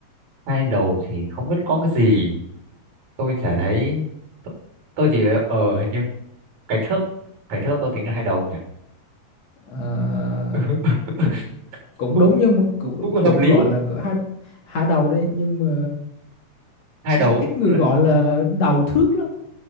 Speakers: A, on the right; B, on the left.
A: hai đầu thì không biết có cái gì tôi chả thấy t- tôi chỉ ở hình như cái thước cái thước có tính là hai đầu không nhỉ
B: À,
A: <laughs>
B: cũng cũng
A: cũng
B: đúng nhưng mà cũng,
A: cũng
B: cũng
A: hợp lý
B: gọi là có hai hai đầu đấy nhưng mà
A: hai đầu
B: ít người
A: lại
B: gọi là đầu thước lắm